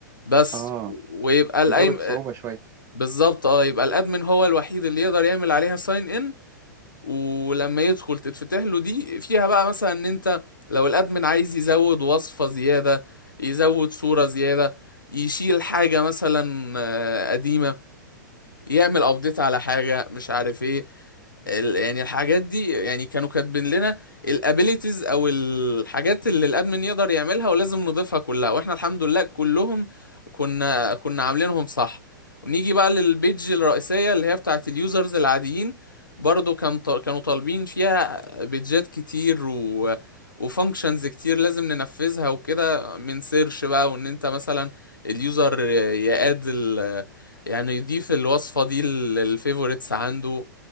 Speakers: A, on the left; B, on the right.
A: بس
B: اه
A: ويبقى الايم
B: بيزود صعوبة شوية
A: بالظبط اه يبقى الادمن هو الوحيد اللي يقدر يعمل عليها ساين ان ولما يدخل تتفتح له دي فيها بقى مثلا ان انت لو الادمن عايز يزود وصفة زيادة يزود صورة زيادة يشيل حاجة مثلا آه، قديمة يعمل ابديت على حاجة مش عارف ايه ال- يعني الحاجات دي يعني كانوا كاتبين لنا الابيليتيز او الحاجات اللي الادمن يقدر يعملها ولازم نضيفها كلها واحنا الحمد لله كلهم كنا كنا عاملينهم صح ونيجي بقى للبيج الرئيسية اللي هي بتاعت اليوزرز العاديين برضو كان ط- كانوا طالبين فيها بيجات كتير و وفانكشنز كتير لازم ننفذها وكده من سيرش بقى وان انت مثلا اليوزر يقاد ال- يعني يضيف الوصفة دي للفيفوريتس عنده